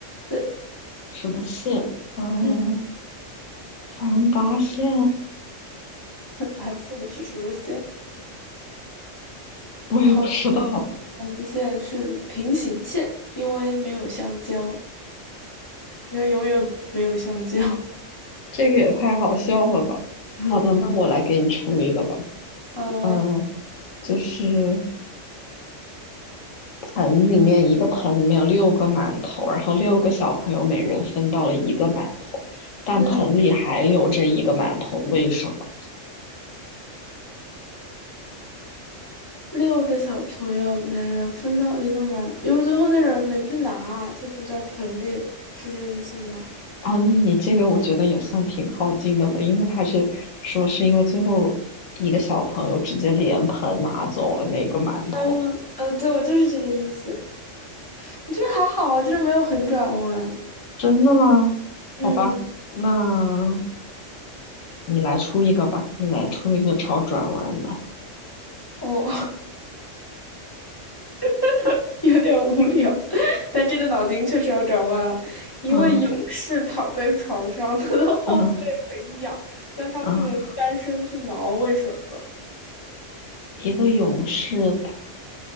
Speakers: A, on the left (about 25°); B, on the left (about 85°).
A: 对，
B: 什么线？嗯，
A: 嗯，
B: 三八线？
A: 啊，线是什么线？
B: 我也不知道，
A: 猴子喜欢的线是平行线，因为没有香蕉，因为永远没有香蕉。
B: 这个也太好笑了吧。
A: <laughs>
B: 好的，那我来给你出一个吧。
A: 好啊，
B: 嗯，就是盆里面一个盆里面有六个馒头，然后六个小朋友每人分到了一个馒头，但盆里还留着一个馒头，
A: 嗯，
B: 为什么？
A: 六个小朋友每人分到了一个馒头，因为最后那个人没去拿，他就在盆里，是这意思吗？
B: 啊，那你这个我觉得也算挺靠近的了，因为他是说是因为最后一个小朋友直接连盆拿走了那个馒头，
A: 嗯，呃，对，我就是这个意思。这还好啊，这没有很转弯。
B: 真的吗？
A: 嗯，
B: 好吧，那你来出一个吧，你来出一个超转弯的，
A: 哦，<laughs> 有点无聊，<laughs> 但这个脑筋确实要转弯啊。一位勇士躺在床上，
B: 嗯
A: 他的后背很痒，
B: 嗯
A: 但他不能翻身去挠，
B: 嗯，
A: 为什么？
B: 一个勇士他